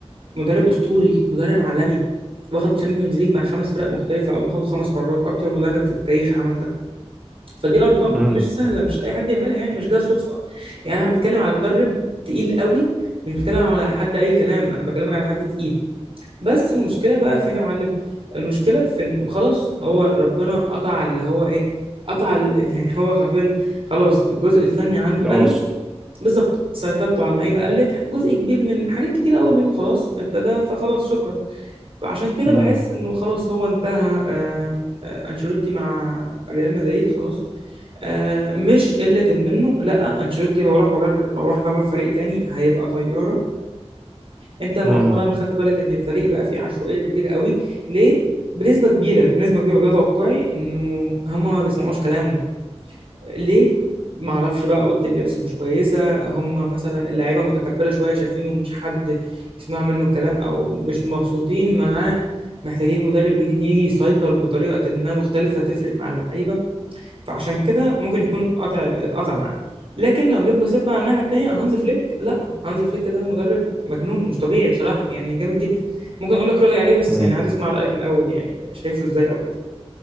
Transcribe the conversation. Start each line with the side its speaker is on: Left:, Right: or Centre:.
Right: مدرب أسطوري مدرب عالمي واخد تشامبيونز ليج مع خمس فرق مختلفة أو واخده خمس مرات أكتر مدرب في التاريخ عمل ده فدي أرقام
Centre: امم
Right: مش سهلة مش أي حد يعملها يعني مش جاية صدفة يعني أنا بتكلم على مدرب تقيل قوي مش بتكلم على حد أي كلام أنا بكلمك على حد تقيل بس المشكلة بقى فين يا معلم المشكلة في انه خلاص هو ربنا قطع اللي هو ايه قطع ال- <laughs> يعني هو حرفيا خلاص الجزء الفني عنده
Centre: تواصل
Right: قل بالظبط سيطرته على اللعيبة قلت جزء كبير من حاجات كتيرة قوي منه خلاص ابتدى فخلاص شكرا فعشان كده
Centre: امم
Right: بحس انه خلاص هو انتهى آه، آه، انشيلوتي مع ريال مدريد خلاص آه، مش قلة منه لا انشيلوتي لو راح مدر... لو راح درب فريق تاني هيبقى طيارة انت مؤخرا
Centre: امم
Right: خدت بالك ان الفريق بقى فيه عشوائيه كبيره قوي ليه بنسبه كبيره بنسبه كبيره وده توقعي انه هما ما بيسمعوش كلامه ليه ما اعرفش بقى اوضه اللبس مش كويسه هما مثلا اللعيبه متكبره شويه شايفينه مش حد يسمع منه الكلام او مش مبسوطين معاه محتاجين مدرب جديد يجي يسيطر بطريقه ما مختلفه تفرق مع اللعيبه فعشان كده ممكن يكون قطع اتقطع معاه لكن لو جيت بصيت بقى على الناحيه التانيه هانز فليك لا هانز فليك ده مدرب مجنون مش طبيعي بصراحه يعني جامد جدا ممكن اقول لك رايي عليه بس
Centre: امم
Right: يعني عايز اسمع رايك الاول يعني شايفه ازاي او كده